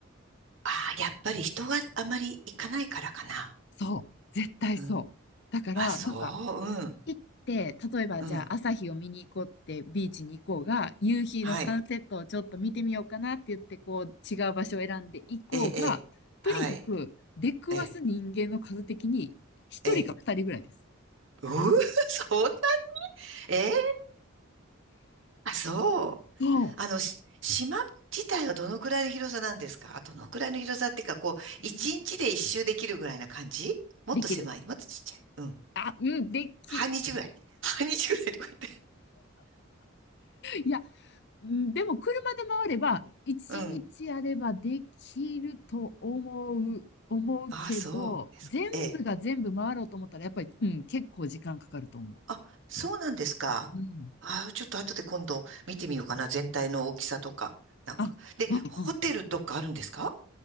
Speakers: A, on the right; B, on the left.
A: ああ、やっぱり人があまり行かないからかな。
B: そう。絶対そう。
A: うん。
B: だから、
A: あ、そう、
B: なんか、
A: うん、
B: 行って、例えばじゃあ朝日を見に行こうってビーチに行こうが、
A: うん、
B: 夕日のサンセットをちょっと見てみようかなって言って、
A: はい、
B: こう、違う場所を選んで行こうが、
A: ええ、ええ、はい、
B: とにかく出くわす人間の数的に、
A: ええ、
B: 一人か二人ぐらいです。
A: ええ。<laughs> うー、<laughs> そんな、ええ、あ、そう。
B: そ
A: あの、し島自体はどのくらいの広さなんですかどのくらいの広さっていうか、こう、
B: う。
A: 一日で一周できるぐらいな感じもっと狭い、
B: できる。
A: もっとちっちゃい。うん。
B: あ、うん、でき。
A: 半日ぐらい。
B: い
A: 半日ぐらいとか言
B: や、うんでも車で回れば、一日あればできると思う、
A: って。うん。
B: 思うけど、
A: ああ、そうですか。
B: 全部が全部回ろうと思ったら、
A: ええ
B: やっぱり、うん、結構時間かかると思
A: あ、そうなんですか。
B: う。うん。
A: あー、ちょっと後で今度見てみようかな。全体の大きさとか。なんか。
B: あ、
A: で、
B: うんうん。
A: ホテルとかあるんですか